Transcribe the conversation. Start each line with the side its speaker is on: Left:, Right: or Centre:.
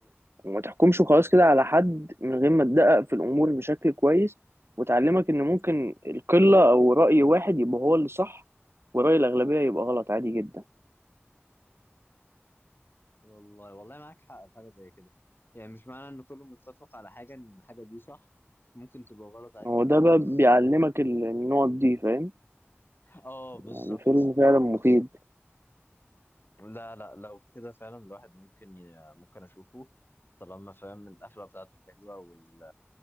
Right: وما تحكمش وخلاص كده على حد من غير ما تدقق في الأمور بشكل كويس وتعلمك إن ممكن القلة أو رأي واحد يبقى هو اللي صح ورأي الأغلبية يبقى غلط عادي جدا
Left: والله والله معاك حق في حاجه زي كده يعني مش معنى ان كله متفق على حاجه ان الحاجه دي صح ممكن تبقى غلط عادي
Right: هو
Left: جدا
Right: ده بقى
Left: بس
Right: بيعلمك
Left: ايه
Right: ال- النقط دي فاهم
Left: اه بالظبط
Right: يعني فيلم فعلا مفيد
Left: لا لا لو كده فعلا الواحد ممكن ي- ممكن اشوفه طالما فاهم القفله بتاعته حلوه وال